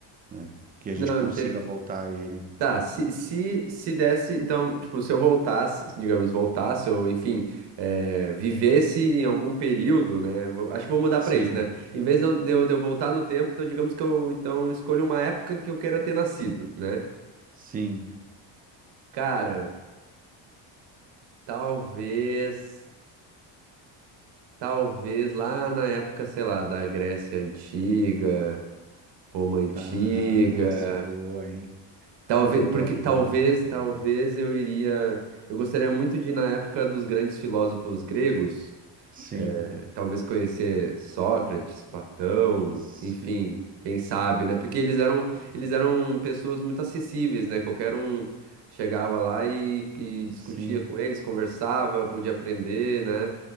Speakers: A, on the right (about 20°); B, on the right (about 60°).
A: né? Que a
B: Não,
A: gente consiga voltar a ele.
B: Tá, se, se, se desse, então, tipo, se eu voltasse, digamos, voltasse, ou enfim, eh, vivesse em algum período, né? vou- acho que vou mudar
A: Sim,
B: pra isso, né? Em vez de eu, de eu de eu voltar no tempo, então, digamos que eu então escolho uma época que eu queira ter nascido, né?
A: sim.
B: Cara, talvez, talvez lá na época, sei lá, da Grécia Antiga, Roma Antiga.
A: Ah, isso, boa, hein?
B: Talvez,
A: Boa,
B: porque
A: boa.
B: talvez,
A: É.
B: talvez eu iria. Eu gostaria muito de ir na época dos grandes filósofos gregos,
A: Sim,
B: né? Talvez conhecer Sócrates, Platão,
A: sim,
B: enfim, quem sabe, né? Porque eles eram, eles eram pessoas muito acessíveis, né? Qualquer um chegava lá e, e discutia
A: sim,
B: com eles, conversava, podia aprender, né?